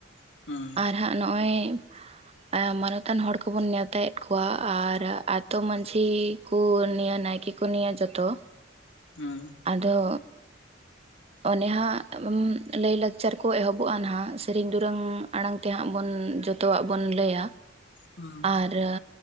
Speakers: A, on the left; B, on the right.
A: ᱦᱩᱸ ᱾
B: ᱟᱨ ᱦᱟᱸᱜ ᱱᱚᱜᱼᱚᱭ ᱢᱟᱱᱚᱛᱟᱱ ᱦᱚᱲ ᱠᱚᱵᱚᱱ ᱱᱮᱣᱛᱟᱭᱮᱫ ᱠᱚᱣᱟ ᱟᱨ ᱟᱛᱳ ᱢᱟᱺᱡᱷᱤ ᱦᱩ ᱱᱤᱭᱮ ᱠᱚ ᱱᱤᱭᱟᱹ ᱱᱟᱭᱠᱮ ᱠᱚ ᱱᱤᱭᱮ ᱡᱚᱛᱚ᱾
A: ᱦᱩᱸ ᱾
B: ᱟᱫᱚ ᱚᱱᱮ ᱦᱟᱸᱜ ᱞᱟᱹᱭ ᱞᱟᱠᱪᱟᱨ ᱠᱚ ᱮᱦᱚᱵᱚᱜᱼᱟ ᱱᱟᱦᱜ, ᱥᱮᱨᱮᱧ ᱫᱩᱨᱟᱹᱝ ᱟᱲᱟᱝ ᱛᱮ ᱦᱟᱸᱜ ᱵᱚᱱ ᱡᱚᱛᱚᱣᱟᱜ ᱵᱚᱱ ᱞᱟᱹᱭᱟ
A: ᱦᱩᱸ
B: ᱟᱨ ᱟᱨ